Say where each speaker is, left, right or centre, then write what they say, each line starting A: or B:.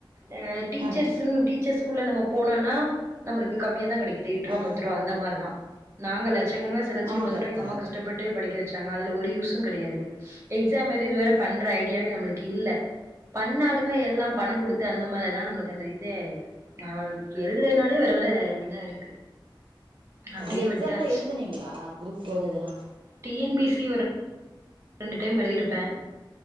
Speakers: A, on the right; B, on the right.
A: அ டீச்சர்ஸ்ன்
B: ஆ
A: டீச்சர்ஸ்குள்ள நம்ம போனன்னா நம்மளுக்கு கம்மியா தா கிடைக்குது எட்டு ரூபா
B: ஆ
A: பத்து ரூபா அந்த மாரி தா நாங்க லட்சங்க ஓத்துலச்சி
B: ஆமா
A: இவ்ளோ
B: கரெக்ட்
A: தூரோ எங்கம்மா
B: தான்
A: கஷ்டப்பட்டு படிக்க வச்சாங்க அதுல ஒரு யூஸ் கெடையாது எக்ஸாம் எது இதுவரை பண்ற ஐடியாவே நம்மளுக்கு இல்ல பண்ணாலுமே எல்லா பணோ குடுத்து அந்த மாரினா நம்மளுக் அந்த இதே ஆ எழுதுலனாலே வர வர இதா இருக்கு அப்டியே
B: இந்த எக்ஸாம்லா
A: விட்டாச்சு
B: எழுதுனீங்களா குரூப் போர் இதல்லா
A: டி என் பி சி ஒரு ரெண்டு டைம் எழுதிருப்ப